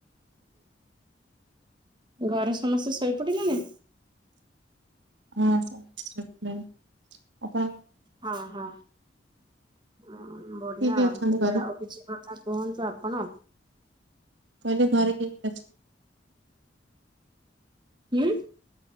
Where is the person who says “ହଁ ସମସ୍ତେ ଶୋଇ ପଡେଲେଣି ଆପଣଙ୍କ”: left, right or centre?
Right